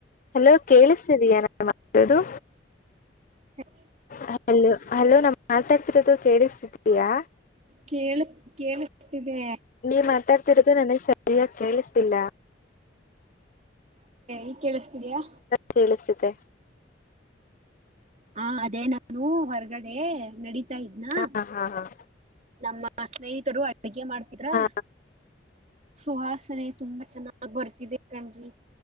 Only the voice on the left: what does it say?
ಹಲೋ ಕೇಳ್ಸ್ತಾತಿದಿಯ ನಾನ್ಮಾತೋದು
ಹಲೋ ಹಲೋ ನಾನ್ ಮಾತಾಡ್ತಿರೋದು ಕೇಳಿಸ್ತಿದೀಯಾ
ನೀವ್ ಮಾತಾಡ್ತಿರೋದು ನನಗ್ ಸರಿಯಾಗ್ ಕೇಳ್ಸ್ತೀಲ್ಲ
ಕೆಳಸ್ತಿದ
ಹಾ ಹಾ ಹಾ
ಹಾ